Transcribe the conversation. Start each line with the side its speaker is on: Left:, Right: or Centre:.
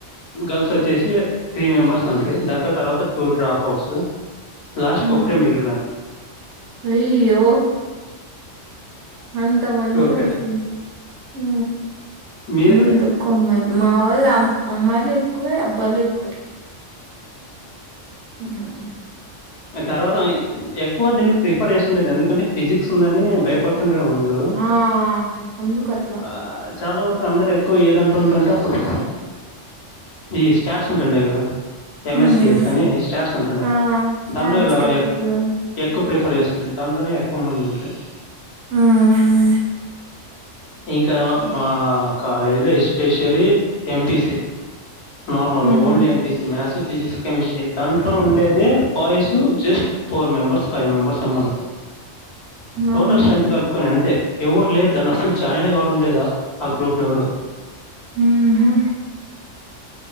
Left: గర్ల్స్ వచ్చేసి త్రీ మెంబర్స్ అండి దాంట్లో తర్వత టూ డ్రాప్ అవుట్స్ లాస్ట్కొక్రే
Right: హ్మ్.
Left: మగిరన్నారు
Right: అయ్యో! అంత మందిర
Left: ఒక్కరే.
Right: వచ్చ ఆ
Left: మీరు?
Right: అంతే కోపం మా వాళ్ళు అమ్మాయిలు ఎక్కువే అబ్బాయిలు ఎక్కువే ఉమ్
Left: ఇగ తర్వాత ఆ ఎక్కువ దీనికి ప్రిఫర్ చేస్తుండది ఎందుకంటే ఫిజిక్స్ ఉందని భయపడుతుండరేమో మీరు రూ
Right: ఆ! అందుకట్లా.
Left: ఆ చాలా వరకు అందరు క్కువ ఏదంంటలో ఉంటారంటే అప్పుడు ఈ స్టార్ట్స్ ఉంటాండ కదా ఏం
Right: హ్మ్.
Left: ఎస్ యూస్ అని స్టార్ట్స్ ఉంటంది
Right: ఆ!
Left: దాంట్లో
Right: టాట్స్‌కి
Left: ఇలా
Right: ఎక్కువ పోయేవాళ్ళు.
Left: ఎక్కు ప్రిఫర్ చేసుంటది దాంట్లోనే ఎక్క మంది ఉంటది
Right: హ్మ్.
Left: ఇంకా మా కాలేజీలో especially M P C normal
Right: హ్మ్.
Left: Only A P C maths physics chemistry దాంట్లో ఉండేది boys just four members five members ఏమో ఉన్నారు
Right: వామ్మో!
Left: టోటల్ స్ట్రెంత్త్ కల్పుకొని అంతే యావర్ లేరు దాన్ని అసల్ జాయినే గావ్డం లేదా ఆ గ్రూప్ను ఎవరు
Right: ఉహు